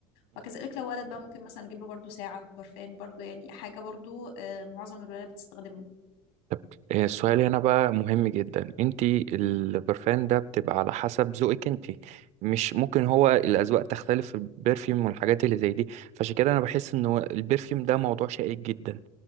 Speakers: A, on the left; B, on the right.
A: وكذلك لو ولد بقى ممكن مثلا اجيب له برضو ساعة برفان برضو يعني حاجة برضو آه، معظم الولاد بتستخدمها
B: طب آه، السؤال هنا بقى مهم جدا انت البرفان ده بتبقى على حسب ذوقك انت مش ممكن هو الاذواق تختلف في البرفيوم والحاجات اللي زي دي فعشان كده انا بحس ان هو البرفيوم ده موضوع شائك جدا